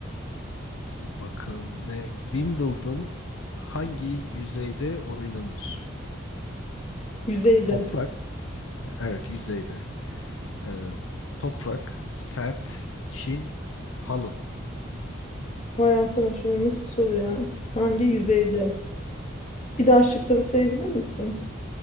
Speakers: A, on the left; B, on the left.
A: bakalım ne? Wimbledon hangi yüzeyde oynanır?
B: Yüzeyde.
A: Toprak. Evet yüzeyde. Ee, toprak, sert, çim, halı.
B: Vay arkadaş o nasıl soru ya? Hangi yüzeyde? Bir daha şıkları sayabilir misin?